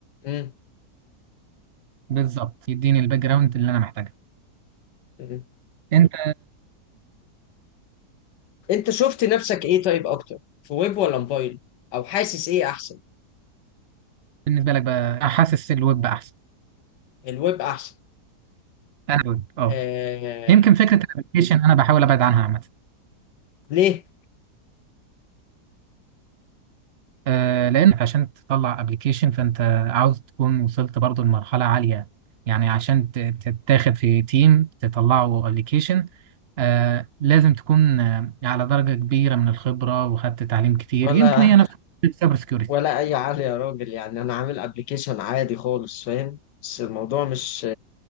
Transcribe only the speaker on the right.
بالظبط يديني الباك جراوند اللي انا محتاجها
انت
بالنسبه لك بقى حاسس الويب بقى احسن
انا الويب اه
يمكن فكره الابلكيشن انا بحاول ابعد عنها عامه
آه لان عشان تطلع ابلكيشن فانت عاوز تكون وصلت برضو لمرحله عاليه يعني عشان ت- تتاخد في تيم تطلعوا ابلكيشن آه لازم تكون آه على درجه كبيره من الخبره وخدت تعليم كتير
يمكن هي نفس السايبر سكيورتي